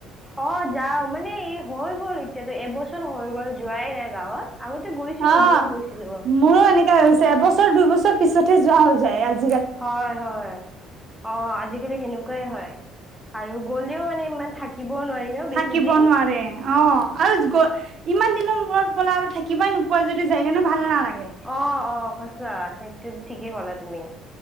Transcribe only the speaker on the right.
অ
মোৰো এনেকা হৈছে এবছৰ দুইবছৰ পিছতহে যোৱা হৈ যায় আজি
থাকিব
নোৱাৰে অ', আৰু গ ইমান দিনৰ মূৰত গ'লে আৰু থাকিবই নোপোৱাই যদি যায় কেনে ভাল নালাগে।